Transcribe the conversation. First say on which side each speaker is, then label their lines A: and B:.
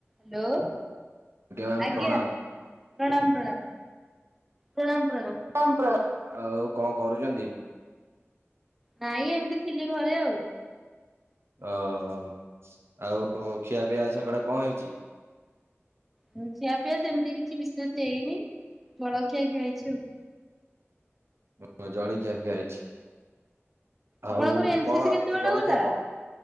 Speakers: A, in the centre; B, on the right.
A: Hello
B: ma'am
A: ଆଜ୍ଞା
B: ପ୍ରଣାମ
A: ପ୍ରଣାମ ପ୍ରଣାମ। ପ୍ରଣାମ ପ୍ରଣାମ।
B: ପ୍ରଣାମ। ଆଉ କଣ କରୁଛନ୍ତି?
A: ନାଇଁ ଏମିତି ଥିଲି ଘରେ ଆଉ।
B: ଓହୋ ଆଉ ଖିଆ ପିଆ ଆଜି ସକାଳେ କଣ ହେଇଛି?
A: ଆଉ ଖିଆ ପିଆ ସେମିତି କିଛି ବିଶେଷ ହେଇନି ଜଳଖିଆ ଖିଆ ହେଇଛି ଆଉ।
B: ଓହୋ ଜଳଖିଆ ଖିଆ ହେଇଛି।
A: ଆପଣଙ୍କର
B: ଆଉ
A: ଏନ୍
B: କଣ
A: ସି ସି କେତେ ବାଟ
B: ଜଳଖିଆ
A: ଗଲା?
B: କଣ